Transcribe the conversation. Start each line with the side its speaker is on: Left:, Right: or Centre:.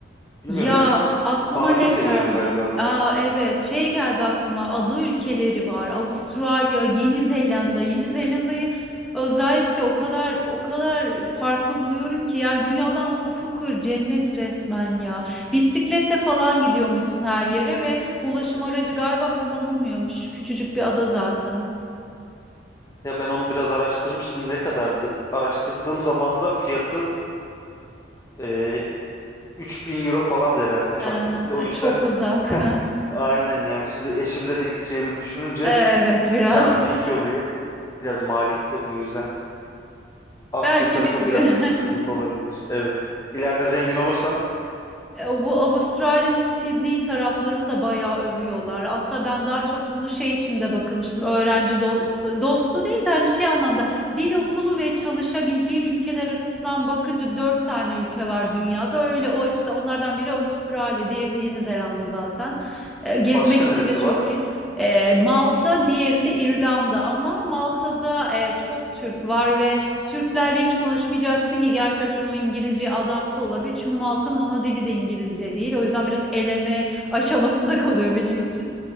Left: Bilmiyorum
Centre: Ya
Left: böyle
Centre: aklıma
Left: tarihi
Centre: ne
Left: seviyorum
Centre: geldi?
Left: galiba ben.
Centre: Aa evet şey geldi aklıma ada ülkeleri var. Avustralya, Yeni Zelanda. Yeni Zelanda'yı özellikle o kadar o kadar farklı buluyorum ki yani dünyadan kopukur cennet resmen ya. Bisikletle falan gidiyor musun her yere ve ulaşım aracı galiba kullanılmıyormuş. Küçücük bir ada zaten.
Left: Ya ben onu biraz araştırmıştım. Ne kadardı? Araştırdığım zaman da fiyatı e, 3000 euro falan herhalde uçak
Centre: Ee,
Left: bileti. O yüzden
Centre: çok uzak.
Left: <laughs>
Centre: <laughs>
Left: aynen yani şimdi eşimle de gideceğimizi düşününce
Centre: Evet biraz.
Left: çarpı 2
Centre: <laughs>
Left: oluyor. Biraz maliyetli oluyor. O yüzden Asya
Centre: Belki
Left: tarafı
Centre: bir gün.
Left: biraz sıkıntı
Centre: <laughs>
Left: olabilir. Evet. İleride zengin olursam
Centre: E, Bu Avustralya'nın Sydney taraflarını da bayağı övüyorlar. Aslında ben daha çok bunu şey için de bakılmıştım. Öğrenci dostu, dostu değil de hani şey anlamda dil okulu ve çalışabileceğin ülkeler açısından bakınca dört tane ülke var dünyada. Öyle o açıda onlardan biri Avustralya, diğeri de Yeni Zelanda zaten. E, gezmek
Left: başka
Centre: için
Left: neresi
Centre: de çok
Left: var?
Centre: iyi. E, Malta, diğeri de İrlanda ama Malta'da e, çok Türk var ve Türklerle hiç konuşmayacaksın ki gerçekten o İngilizceye adapte olabilir. Çünkü Malta'nın ana dili de İngilizce değil. O yüzden biraz eleme <laughs> aşamasında kalıyor benim için.